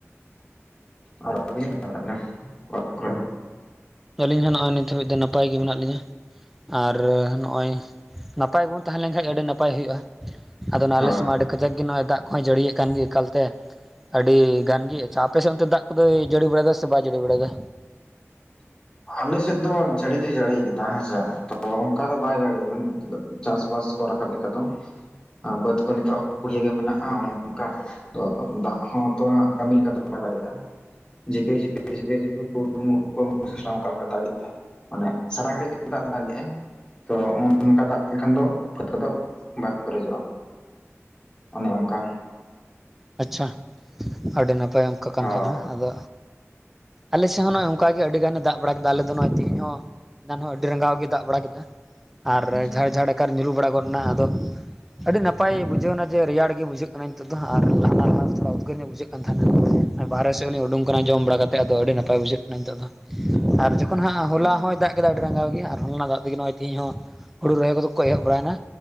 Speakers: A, on the left; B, in the centre.
A: ᱟᱨ ᱟᱵᱤᱱ ᱚᱠᱟᱨᱮ ᱢᱮᱱᱟᱜ ᱵᱤᱱᱟ <unintelligible> ᱠᱚᱨᱮ
B: ᱟᱹᱞᱤᱧ ᱦᱚᱸ ᱱᱚᱜᱼᱚᱭ ᱱᱤᱛ ᱦᱟᱹᱵᱤᱡ ᱫᱚ ᱱᱟᱯᱟᱭ ᱜᱮ ᱢᱮᱱᱟᱜ ᱞᱤᱧᱟᱹ᱾ ᱟᱨ, ᱱᱚᱜᱼᱭ ᱱᱟᱯᱟᱭ ᱜᱮᱵᱚᱱ ᱛᱟᱦᱮᱸ ᱞᱮᱱᱠᱷᱟᱱ ᱜᱮ ᱟᱹᱰᱤ ᱱᱟᱯᱟᱭ ᱦᱩᱭᱩᱜᱼᱟ᱾ ᱟᱫᱚ ᱱᱟᱞᱮ
A: ᱦᱳᱭ
B: ᱥᱮᱜ ᱢᱟ ᱟᱹᱰᱤ ᱠᱟᱡᱟᱠ ᱜᱮ ᱱᱚᱚᱭ ᱫᱟᱜ ᱠᱚᱦᱭ ᱡᱟᱹᱲᱤᱭᱮᱫ ᱠᱟᱱ ᱜᱮ ᱮᱠᱟᱞᱛᱮ, ᱟᱹᱰᱤ ᱜᱟᱱ ᱜᱮ, ᱟᱪᱪᱷᱟ ᱟᱯᱮ ᱥᱮᱜ ᱚᱱᱛᱮ ᱫᱟᱜ ᱠᱚᱫᱚᱭ ᱡᱟᱹᱲᱤ ᱵᱟᱲᱟᱭᱮᱫᱟ ᱥᱮ ᱵᱟᱭ ᱡᱟᱹᱲᱤ ᱵᱟᱲᱟᱭᱮᱫᱟ?
A: ᱟᱞᱮ ᱥᱮ ᱫᱚ ᱡᱟᱹᱲᱤ ᱛᱤ ᱡᱟᱹᱲᱤ ᱠᱮᱫ ᱦᱮᱸᱥᱮ ᱛᱚ ᱚ ᱚᱱᱠᱟ ᱫᱚ ᱵᱟᱭ ᱡᱟᱲᱮᱭᱮᱫᱟ, ᱪᱟᱥᱵᱟᱥ ᱠᱚ ᱨᱟᱠᱟᱵ ᱞᱮᱠᱟ ᱛᱚ, ᱟ ᱵᱟᱹᱫᱽ ᱱᱤᱛᱚᱜ ᱦᱚᱸ ᱠᱩᱲᱤᱭᱟᱹ ᱜᱮ ᱢᱮᱱᱟᱜᱼᱟ ᱚᱱᱮ ᱚᱱᱠᱟ, ᱛᱚ ᱫᱟᱜ ᱦᱚᱸ ᱛᱚ ᱦᱟᱸᱜ ᱠᱟᱹᱢᱤ ᱞᱮᱠᱟᱛᱮ ᱵᱟᱰᱟᱭ ᱦᱩᱭᱟᱜᱼᱟ᱾ ᱡᱤᱯᱤᱨ ᱡᱤᱯᱤᱨ ᱡᱤᱯᱤᱨ ᱡᱤᱯᱤᱨ ᱯᱩᱨᱢᱩᱜ ᱯᱩᱨᱢᱩᱜ ᱥᱟᱹᱣ ᱠᱚᱞᱠᱟᱛᱟ ᱜᱮ᱾ ᱢᱟᱱᱮ ᱥᱟᱨᱟ ᱜᱷᱟᱹᱲᱤᱡ ᱜᱮ ᱫᱟᱜ ᱫᱟᱜ ᱜᱮᱟᱭᱱ, ᱛᱚ ᱱᱚᱚᱱᱠᱟ ᱫᱟᱜ ᱠᱮ ᱠᱷᱟᱱ ᱫᱚ ᱠᱟᱛᱷᱟ ᱫᱚ ᱵᱟᱝ ᱯᱮᱡᱚᱜᱼᱟ᱾ ᱚᱱᱮ ᱚᱱᱠᱟ,
B: ᱟᱪᱪᱷᱟ, ᱟᱹᱰᱤ ᱱᱟᱯᱟᱭ ᱚᱱᱠᱟ ᱠᱟᱛᱷᱟ
A: ᱦᱳᱭ
B: ᱛᱟᱦᱟ ᱫᱚ, ᱟᱞᱮᱥᱮᱫ ᱦᱚᱸ ᱱᱚᱜᱼᱚᱭ ᱚᱱᱠ ᱜᱮ ᱟᱹᱰᱤ ᱜᱟᱱᱮ ᱫᱟᱜᱵᱲᱟ ᱠᱮᱫᱟ ᱟᱞᱮᱫᱚ, ᱱᱚᱜ-ᱚᱭ ᱛᱮᱦᱧ ᱦᱚᱸ ᱫᱟᱱ ᱦᱚᱸ ᱟᱹᱰᱤ ᱨᱟᱸᱜᱟᱣ ᱜᱮ ᱫᱟᱜ ᱵᱟᱲᱟ ᱠᱮᱫᱟ, ᱟᱨ
A: ᱟᱪᱪᱷᱟ
B: ᱡᱷᱟᱲ ᱡᱷᱟᱲ ᱠᱟᱨ ᱧᱩᱨᱩᱨᱩ ᱵᱟᱲᱟ ᱜᱚᱫ ᱱᱟ ᱟᱫᱚ ᱟᱹᱰᱤ ᱱᱟᱯᱟᱭ ᱵᱩᱡᱷᱟᱹᱱᱟ ᱡᱮ ᱨᱮᱭᱟᱲ ᱜᱮ ᱵᱩᱡᱷᱟᱹᱜ ᱠᱟᱜ ᱢᱮᱱᱛᱮ ᱫᱚ ᱦᱟᱸᱜ, ᱟᱨ <inaudible> ᱞᱟᱦᱟ ᱞᱟᱦᱟ ᱛᱷᱚᱲᱟ ᱩᱫᱽᱜᱟᱹᱨ ᱧᱚᱜ ᱵᱩᱡᱷᱟᱹᱜ ᱠᱟᱱ ᱛᱟᱦᱮᱱᱟ ᱵᱟᱨᱦᱮ ᱥᱮᱫ ᱩᱱᱤ ᱩᱰᱩᱝ ᱠᱟᱱᱟᱭ ᱡᱚᱢ ᱵᱟᱲᱟ ᱠᱟᱛᱮᱜ ᱟᱫᱚ ᱟᱹᱰᱤ ᱱᱟᱯᱟᱭ ᱵᱩᱡᱷᱟᱹᱜ ᱠᱟᱱᱟ ᱱᱤᱛᱚᱜ ᱫᱚ᱾
A: <inaudible>
B: ᱟᱨ ᱡᱚᱠᱷᱚᱱ ᱦᱟᱸᱜ ᱦᱚᱞᱟ
A: ᱟᱪᱪᱷᱟ
B: ᱦᱚᱸᱭ ᱫᱟᱜ ᱠᱮᱫᱟᱭ ᱟᱹᱰᱤ ᱨᱟᱸᱜᱟᱣ ᱜᱮ ᱟᱨ ᱦᱚᱞᱟᱱᱟᱜ ᱫᱟᱜ ᱛᱮᱜᱮ ᱱᱜᱚᱭ ᱛᱦᱤ ᱦᱚᱸ ᱦᱩᱲᱩ ᱨᱚᱦᱚᱭ ᱠᱚᱫᱚ, ᱠᱚᱭᱜ ᱵᱟᱲᱟᱭᱱᱟ